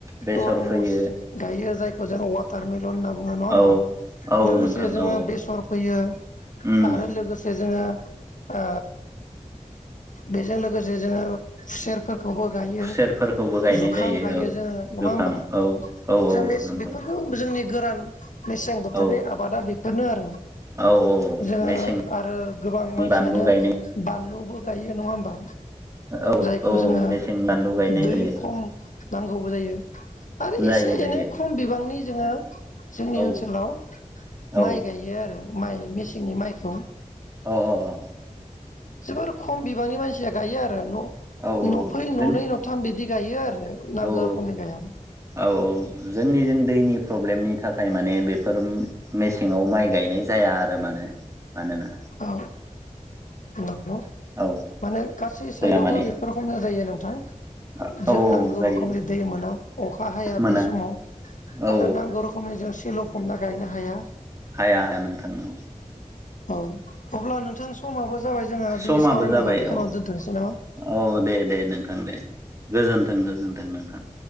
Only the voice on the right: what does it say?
बेसर
फैयो
औ औ
नोंथां
औ औ
उम
खुसेरफोरखौबो गायनाय
जायो
औ
जुखाम
औ औ
औ
नोंथां
औ
औ औ
मेसेंनि
बानलु गायनाय
औ
औ
मेसेंनि बानलु गायनाय
जायो
जायो
जायो
औ
औ
अ अ अ।
औ औ जों
औ औ।
औ औ जोंनि जों दैनि प्रब्लेमनि थाखाय माने बेफोर मेसेंआव माइ गायनाय जाया आरो माने। मानोना
औ
दैया माने
औ
औ
जायो
मोना
औ
हाया हाया नोंथां औ।
समाबो
जाबाय
औ
औ दे दे नोंथां दे। गोजोनथों गोजोनथों नोंथां।